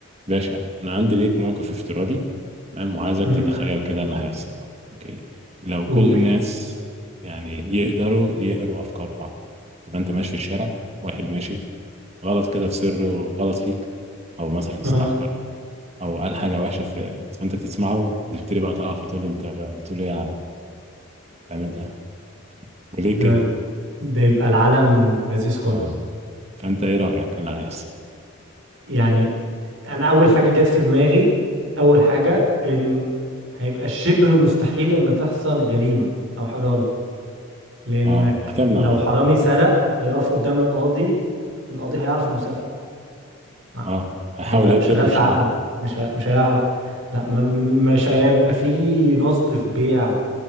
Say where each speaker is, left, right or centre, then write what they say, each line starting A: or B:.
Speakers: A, on the right; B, on the right.
A: باشا انا عندي ليك موقف افتراضي تمام وعايزك
B: امم
A: تتخيل كده اللي هيحصل اوكي لو
B: قول
A: كل الناس يعني يقدروا يقروا افكار بعض تبقى انت ماشي في الشارع واحد ماشي غلط كده في سره غلط فيك او مثلا استحقر
B: اه
A: او قال حاجه وحشه في فانت تسمعه وتبتدي بقى تقف وتقول له انت بقى بتقول ايه يا عم تعمل ده وليه
B: ده
A: كده
B: ده يبقى العالم لذيذ خالص
A: اه فانت ايه رايك اللي هيحصل
B: يعني انا اول حاجه جت في دماغي اول حاجه ان هيبقى شبه مستحيل ان تحصل جريمه او حاجه غلط لانك
A: اه هتمنع
B: لو حرامي
A: اه
B: سرق هيقف قدام القاضي القاضي هيعرف انه سرق مع-
A: اه هيحاول
B: هيبقى
A: يكذب
B: شغال
A: مش
B: في عقله
A: هيعرف
B: مش ه-
A: اه
B: مش هيعرف لا ما- مش هيبقى فيه نصب في بيع